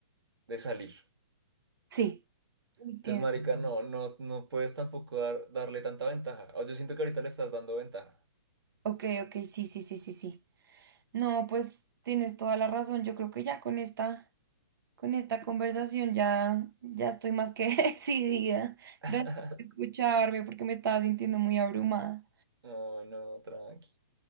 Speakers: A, on the right (about 80°); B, on the right (about 60°).
A: de salir.
B: Sí. Uy,
A: Entonces,
B: tienes-
A: marica, no, no, no puedes tampoco dar- darle tanta ventaja. O yo siento que ahorita le estás dando ventaja.
B: Ok, ok, sí, sí, sí, sí, sí. No, pues tienes toda la razón. Yo creo que ya con esta, con esta conversación ya, ya estoy más que <laughs> decidida.
A: <laughs>
B: Gracias por escucharme porque me estaba sintiendo muy abrumada.
A: No, no, tranqui.